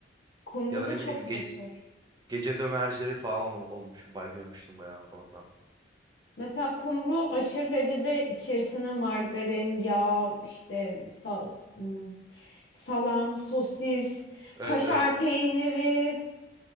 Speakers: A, on the left (about 70°); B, on the right (about 20°).
A: Kumru
B: Ya da
A: da
B: ne
A: çok
B: bileyim
A: meşhur.
B: ge- gece dömercileri falan ol- olmuş. Bay görmüştüm bayağı oradan.
A: Mesela kumru aşırı derecede içerisine margarin, yağ, işte sa- hmm, salam, sosis,
B: Evet
A: kaşar
B: evet.
A: peyniri,